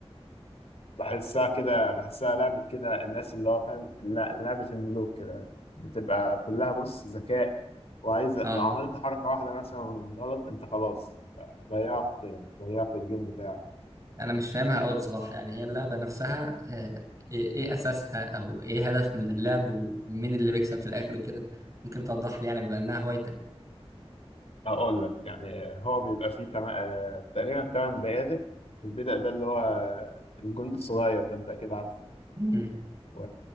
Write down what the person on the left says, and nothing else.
بحسها كده بحسها لعبه كده الناس اللي هو فاهم لا لعبه الملوك كده بتبقى كلها بص ذكاء وعايزه
لو عملت حركه واحده مثلا غلط انت خلاص ضيعت ضيعت الجيم بتاعك
هقول لك يعني هو بيبقى فيه تم... آه، تقريبا تمن بيادق البيدق ده اللي هو الجندي الصغير ده انت اكيد عارف
و...